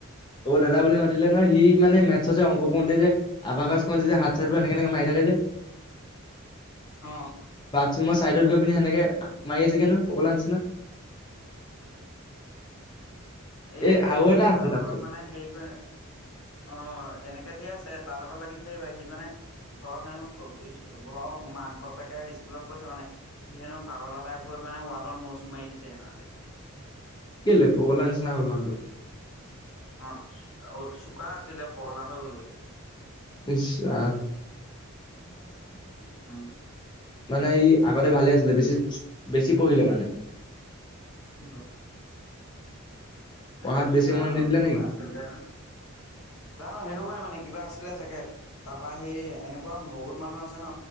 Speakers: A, on the left; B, on the left.
A: অ' দাদা বুলি মাতিলে নহ সি মানে মেথছ যে অংক কৰোতে যে আভ যে হাত চ এনেকনেকে মাৰি থাকে যে
B: অ
A: চু মই ছাইডত গৈ পিনি সেনেকে মাৰি
B: উ
A: আছেগে ন পগলা নিচিনা
B: এ এইটো
A: এই আৰু এটা আছে
B: তাৰ
A: তাৰপিছত
B: লগত মানে হেৰি কৰে, অঁ এনেকে ধেৰ আছে ছে তাৰ লগত নাথাকিবা সি মানে ঘৰত হেনো ঘৰৰ মাক বাপেকে স্কুলত কৈছে মানে সি হেনো পাগলৰ টাইপ হৈ মানে ৱালত মূৰচুৰ মাৰি দিছে হেনো আজি।
A: কেলে পগলাৰ নিচিনা হ'ল মানুহটো?
B: অ অ' চোকা আছিলে পগলা হৈ গলগে।
A: ইচ ৰাম
B: <inaudible> উম
A: <inaudible> মানে ই আগতে ভালে আছিলে বেছি চো বেছি পঢ়িলে মানে
B: <unintelligible> সেইটোৱে
A: পঢ়াত বেছি
B: চোকা
A: মন দি দিলে নেকি
B: আছিলে, জানো সেনেকুৱাই মানে। কিবা আছিলে চাগে। তাৰ পা সেই এনেকুৱা বহুত মানুহ আছে ন